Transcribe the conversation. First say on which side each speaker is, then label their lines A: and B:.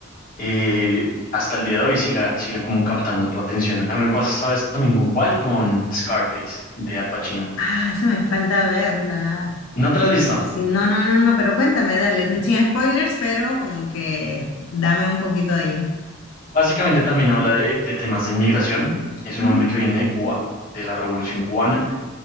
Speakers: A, on the left; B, on the left.
A: eh, hasta el día de hoy siga, siga como captando tu atención. A mí me pasa esta vez también con cuál, con Scarface de Al Pacino.
B: Ah, esa me falta verla.
A: ¿No te la has visto?
B: Sí, sí, no, no, no, no, pero cuéntame, dale, sin spoilers, pero como que dame un poquito ahí.
A: Básicamente también habla de, de temas de inmigración. Es un
B: Ujú,
A: hombre que viene de Cuba, de la Revolución Cubana